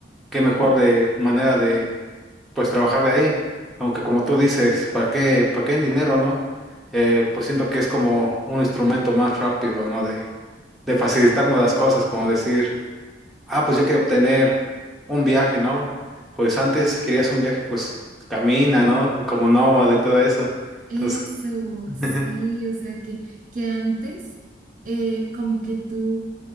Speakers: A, in the centre; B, on the right.
A: qué mejor de manera de pues trabajar de ahí. Aunque como tú dices, ¿para qué, para qué en dinero, no? Eh, pues siento que es como un instrumento más rápido, ¿no? De, de facilitarnos las cosas, como decir, ah, pues yo quiero obtener un viaje, ¿no? Pues antes, si querías un viaje, pues camina, ¿no? Como nómada y todo eso.
B: Eso,
A: Entonces, <laughs>
B: sí, o sea, que, que antes eh, como que tú